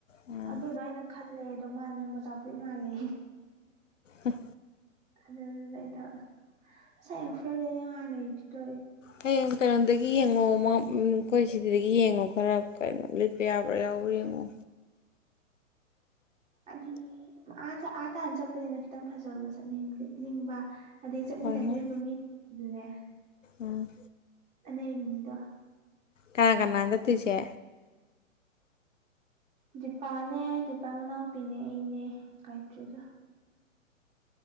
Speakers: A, on the left (about 65°); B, on the right (about 15°).
A: ꯎꯝ
B: ꯑꯗꯨꯗꯣ ꯑꯩꯅ ꯈꯜꯂꯦ ꯑꯗꯣ ꯃꯥꯅ ꯃ ꯆ ꯆꯥꯎꯐꯨꯠ ꯃꯥꯜꯂꯦ
A: ꯎꯝ
B: ꯑꯗꯗꯗꯥꯏꯗꯕ ꯁꯥꯏ ꯐ ꯉꯥꯏꯂꯇ ꯇꯣ
A: ꯍꯌꯦꯡꯪꯀꯔꯗꯗꯒꯤ ꯌꯦꯡꯉꯣ ꯑꯩꯈꯣꯏ ꯁꯤꯗꯒꯤ ꯌꯦꯡꯉꯣ ꯈꯔ ꯀꯩꯅꯣ ꯂꯤꯠꯄ ꯌꯥꯕ꯭ꯔꯥ ꯌꯥꯎꯕ꯭ꯔꯥ ꯌꯦꯡꯉꯣ
B: ꯍꯥꯏꯗꯤ ꯑꯥ ꯑꯥ ꯇꯥꯅ ꯆꯠꯄꯅꯤꯅ ꯈꯤꯇꯪ ꯐꯖꯕ ꯆꯠꯅꯤꯡꯕ ꯑꯗꯩ ꯆꯠꯃꯤꯟꯅꯗꯣꯔꯤꯕ
A: ꯍꯣꯏ ꯍꯣꯏ
B: ꯃꯤꯁꯦ ꯑꯗꯨꯅꯦ
A: ꯎꯝ
B: ꯑꯩꯕꯤꯅꯤꯗ
A: ꯀꯅꯥ ꯀꯅꯥ ꯆꯠꯇꯣꯏꯁꯦ
B: ꯗꯤꯄꯥꯅꯦ ꯗꯤꯄꯥ ꯃꯅꯥꯎꯄꯤꯅꯦ ꯑꯩꯅꯦ ꯀꯥꯏꯇ꯭ꯔꯤꯒ